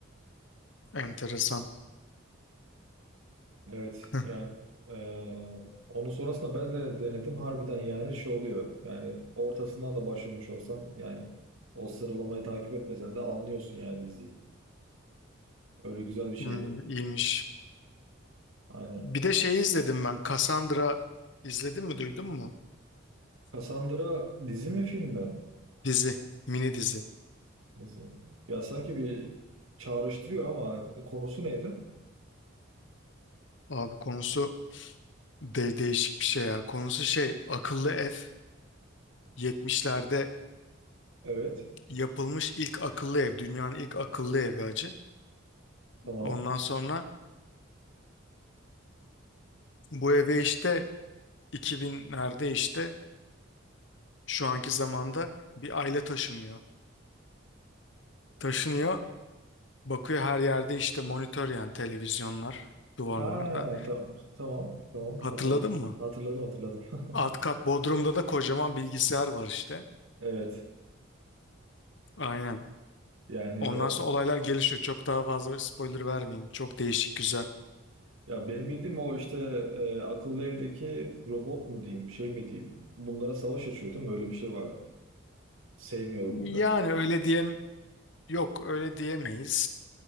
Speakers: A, on the left (about 60°); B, on the right (about 85°).
A: Enteresan.
B: Evet
A: <laughs>
B: yani eee, onun sonrasında ben de denedim harbiden yani şey oluyor yani ortasından da başlamış olsan yani o sıralamayı takip etmesen de anlıyorsun yani diziyi. Öyle güzel bir şeydi.
A: Hmm, iyiymiş.
B: Aynen.
A: Bir de şeyi izledim ben. Cassandra izledin mi duydun mu?
B: Cassandra dizi mi film mi?
A: Dizi. Mini dizi.
B: Dizi. Ya sanki bir çağrıştırıyor ama konusu neydi?
A: Abi konusu de değişik bir şey ya. Konusu şey akıllı ev. 70'lerde
B: Evet.
A: yapılmış ilk akıllı ev. Dünyanın ilk akıllı evi acı.
B: Tamam.
A: Ondan sonra bu eve işte 2000'lerde işte şu anki zamanda bir aile taşınıyor. Taşınıyor Bakıyor her yerde işte monitör yani televizyonlar duvarlarda.
B: Ha tamam tamam tamam
A: Hatırladın
B: hatırladım.
A: mı?
B: Hatırladım hatırladım. <laughs>
A: Alt kat Bodrum'da da kocaman bilgisayar var işte.
B: Evet.
A: Aynen.
B: Yani
A: Ondan
B: o
A: sonra olaylar gelişiyor. Çok daha fazla spoiler vermeyeyim. Çok değişik güzel.
B: Ya benim bildiğim o işte e, akıllı evdeki robot mu diyeyim, şey mi diyeyim. Bunlara savaş açıyor değil mi? Öyle bir şey vardı. Sevmiyordu bunları.
A: Yani öyle diyem yok öyle diyemeyiz.